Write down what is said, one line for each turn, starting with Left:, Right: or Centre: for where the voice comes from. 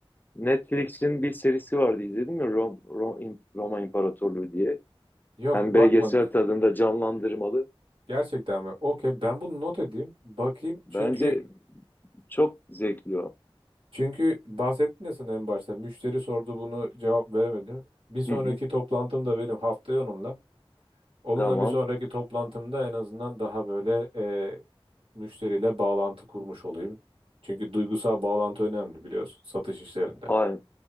Left: Netflix'in bir serisi vardı izledin mi? Rom, Rom- Roma İmparatorluğu diye.
Right: Yok
Left: Hem
Right: bakmadım.
Left: belgesel tadında canlandırmalı
Right: Gerçekten mi? Okey ben bunu not edeyim. Bakayım.
Left: Bence
Right: Çünkü
Left: çok zevkli o.
Right: çünkü bahsettin ya sana en başta. Müşteri sordu bunu cevap veremedim. Bir sonraki
Left: Hı hı,
Right: toplantım da benim haftaya onunla. Onunla
Left: tamam.
Right: bir sonraki toplantımda en azından daha böyle e, müşteriyle bağlantı kurmuş olayım. Çünkü duygusal bağlantı önemli biliyorsun satış işlerinde.
Left: Aynen,